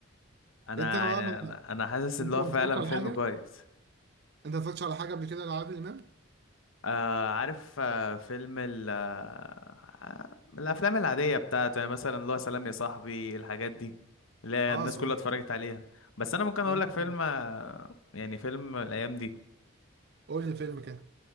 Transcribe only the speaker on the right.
انت بقى
ما
انت
ما
اتفرجتش على
حاجه
انت ما اتفرجتش على حاجه قبل كده لعادل امام
اه
سلام
سلام
قول لي فيلم كده